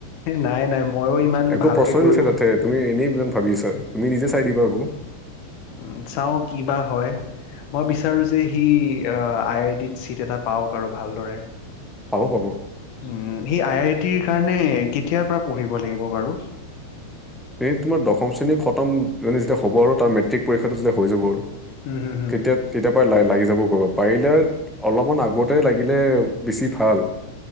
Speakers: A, on the left; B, in the centre.
A: নাই নাই ময়ো ইমান
B: একো
A: ভালকে
B: প্ৰশ্নই
A: কৰিব
B: নুঠে তাতে তুমি এনেই মান ভাবি আছা তুমি নিজে চাই দিবা আকৌ
A: উম চাও কি বা হয় মই বিচাৰোঁ যে সি আই আইটিত চিট এটা পাওক আৰু ভালদৰে
B: পাব পাব
A: উম সি আই আই টিৰ কাৰণে কেতিয়াৰ পৰা পঢ়িব লাগিব বাৰু
B: এই তোমাৰ দশম শ্ৰেণীৰ খতম যেতিয়া হ'ব আৰু তাৰ মেট্ৰিক পৰীক্ষাটো যেতিয়া হৈ যাব আৰু
A: হম হম হম।
B: কেতিয়া তেতিয়াৰ পৰা ল- লাগি যাব পাৰিলে অলপমান আগতে লাগিলে বেছি ভাল